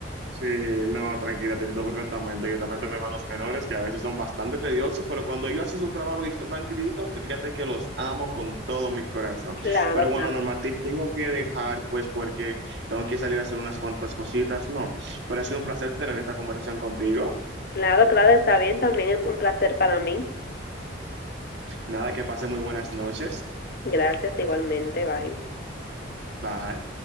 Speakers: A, on the right; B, on the left.
A: Sí, no, tranquila, te entiendo perfectamente. Yo también tengo hermanos menores que a veces son bastante tediosos, pero cuando ellos hacen su trabajo y están tan tranquilitos, fíjate que los amo con todo mi corazón.
B: Claro,
A: Pero
B: claro.
A: bueno, Norma, te tengo que dejar, pues, porque tengo que salir a hacer unas cuantas cositas, ¿no? Pero ha sido un placer tener esta conversación contigo.
B: Claro, claro, está bien. También es un placer para mí.
A: Nada, que pase muy buenas noches.
B: Gracias igualmente. Bye.
A: Bye.